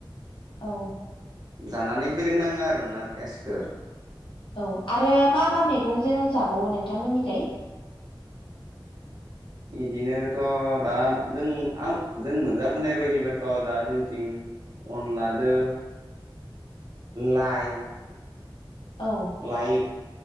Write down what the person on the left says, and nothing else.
औ
औ आरो मा मा मैगंजों जाबावो नोंथांमोननिखाय?
औ